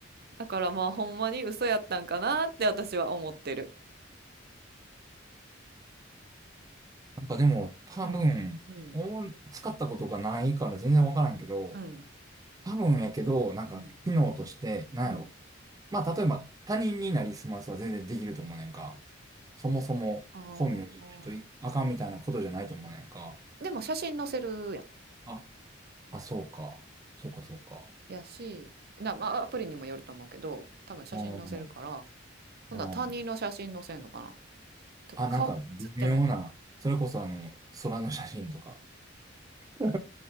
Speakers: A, on the right; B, on the right.
A: だからまあほんまに嘘やったんかなって私は思ってる。
B: なんかでも多分、
A: うん。うん。
B: お使ったことがないから全然わからんけど、
A: うん。
B: 多分やけど、なんか、
A: うん。
B: 機能として、なんやろ、
A: うん。
B: まあ、例えば、他人になりすますは全然できると思うねんか。そもそも本名じゃないといあかんみたいなことじゃないと思うねんか。
A: ああ。でも写真載せるやん。
B: あ、あ、そうか。そうか、そうか。
A: やし、な、まあアプリにもよると思うけど、多分写真載せるから、
B: うん、
A: ほんなら他人の写真載せんのかな
B: うん。
A: とか顔写ってないとか。
B: あ、なんか微妙な。それこそあの、空の写真とか。<laughs>